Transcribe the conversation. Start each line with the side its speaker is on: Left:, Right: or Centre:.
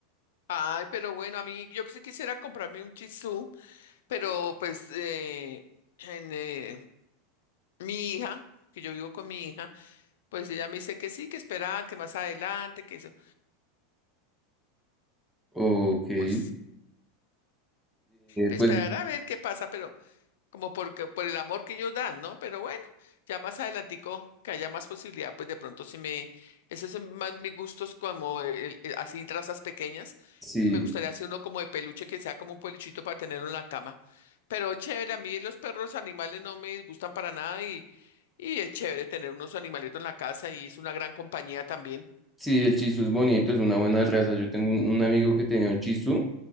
Left: Ay, pero bueno, a mí yo que sí quisiera comprarme un chisú, pero pues eh, en, eh, mi hija, que yo vivo con mi hija, pues ella me dice que sí, que esperar, que más adelante, que eso,
Centre: Ok, eh,
Left: pues esperar
Centre: pues
Left: a ver qué pasa, pero como porque, por el amor que ellos dan, ¿no? Pero bueno, ya más adelantico que haya más posibilidad, pues de pronto sí me, esos son más mis gustos como el- el- así razas pequeñas
Centre: sí.
Left: y me gustaría hacer uno como de peluche que sea como un peluchito para tenerlo en la cama. Pero chévere, a mí los perros animales no me gustan para nada y, y es chévere tener unos animalitos en la casa y es una gran compañía también.
Centre: Sí, el Chisu es bonito, es una buena raza. Yo tengo un un amigo que tenía un Chisu,